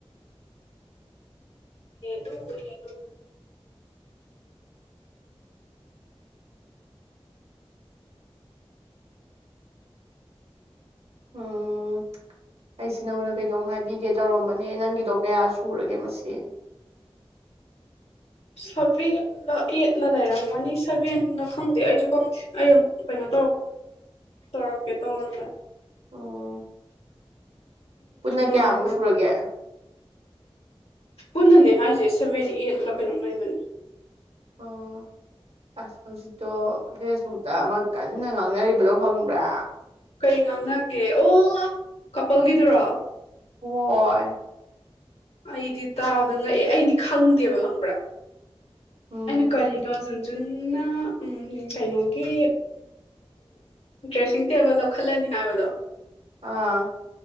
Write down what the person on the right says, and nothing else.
ꯎꯝ ꯑꯩꯁꯦ ꯅꯉꯣꯟꯗ ꯀꯩꯅꯣꯝ ꯍꯥꯏꯕꯤꯒꯦ ꯇꯧꯔꯝꯕꯅꯦ ꯅꯪꯒꯤꯗꯣ ꯀꯌꯥ ꯁꯨꯔꯒꯦ ꯃꯁꯤꯡꯁ
<unintelligible>
ꯑꯣ ꯄꯨꯟꯅ ꯀꯌꯥꯃꯨꯛ
ꯁꯨꯔꯒꯦ
ꯑꯣ ꯑ ꯍꯧꯖꯤ ꯇꯣ ꯐꯦꯁꯕꯨꯛꯇ ꯑꯃ ꯀꯟꯅ ꯉꯥꯡꯅꯔꯤꯕꯗꯣ ꯐꯪꯕ꯭ꯔꯥ
ꯍꯣꯏ
ꯎꯝ
ꯑꯥ